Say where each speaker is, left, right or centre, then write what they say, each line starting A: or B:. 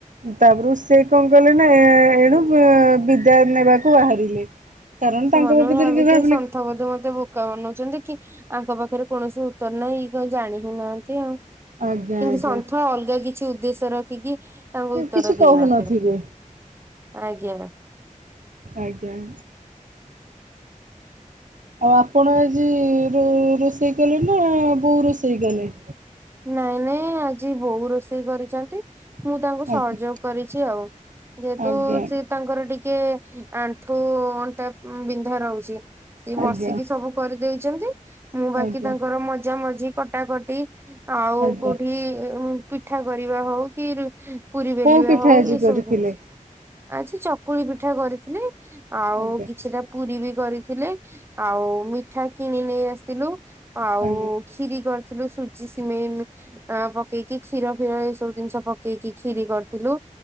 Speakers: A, on the right; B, on the right.
A: ତାପରେ ସେ କଣ କଲେ ନା ଏଣୁ ଏ ବିଦାୟ ନେବାକୁ ବାହାରିଲେ। କାରଣ
B: ସେମାନେ
A: ତାଙ୍କ ପ୍ରକୃତିରେ
B: ଭାବିଥିବେ
A: କି ଭାବିଲେ
B: ସନ୍ଥ ବୋଧେ ମତେ କ ବନଉଛନ୍ତି କି ଆଙ୍କ ପାଖରେ କୌଣସି ଉତ୍ତର ନାହିଁ ଏଇ କ ଜାଣି ହିଁ ନାହାନ୍ତି ଆଉ।
A: ଆଜ୍ଞା
B: କିନ୍ତୁ
A: ଆଜ୍ଞା
B: ସନ୍ଥ ଅଲଗା କିଛି ଉଦ୍ଦେଶ୍ୟ ରଖିକି ତାଙ୍କୁ ଉତ୍ତର
A: କିଛି
B: ଦେଇ
A: କହୁନଥିବେ
B: ନଥିବ ଆଜ୍ଞା।
A: ଆଜ୍ଞା। ଆଉ ଆପଣ ଏଜି ରୋଷେଇ ସେଇ କଲେ ନା ବୋଉ ରୋଷେଇ କଲେ?
B: ନାଇଁ ନାଇଁ ଆଜି ବୋଉ ରୋଷେଇ କରିଚନ୍ତି ମୁଁ ତାଙ୍କୁ
A: ଆଜ୍ଞା
B: ସହଯୋଗ କରିଛି ଆଉ, ଯେହେତୁ
A: ଆଜ୍ଞା
B: ସେ ତାଙ୍କର ଟିକେ ଆଣ୍ଠୁ, ଅଣ୍ଟା ବିନ୍ଧା ରହୁଚି ସିଏ
A: ଆଜ୍ଞା
B: ବସିକି ସବୁ କରିଦଉଛନ୍ତି, ମୁଁ ବାକି
A: ଆଜ୍ଞା
B: ତାଙ୍କର ମଜା ମଜି, କଟାକଟି ଆଉ
A: ଆଜ୍ଞା।
B: କୋଉଠି ପିଠା କରିବା ହଉ କି-ରୁ- ପୁରୀ ବେଲିବା
A: କୋଉ ପିଠା
B: ହଉ
A: ଆଜି
B: ଏ
A: କରିଥିଲେ?
B: ସବୁ‌ ଜିନ୍ ଆଜି ଚକୁଳି ପିଠା କରିଥିଲି, ଆଉ
A: ଆଜ୍ଞା
B: କିଛିଟା ପୁରୀ ବି କରିଥିଲି। ଆଉ ମିଠା କିଣି ନେଇ ଆସିଥିଲୁ ଆଉ
A: ଆଜ୍ଞା
B: କ୍ଷୀରି କରିଥିଲୁ ସୁଜି, ସି ମେଇ--ପକେଇକି କ୍ଷୀର ଫିର ଏ ସବୁ ଜିନିଷ ପକେଇକି କ୍ଷିରୀ‌ କରିଥିଲୁ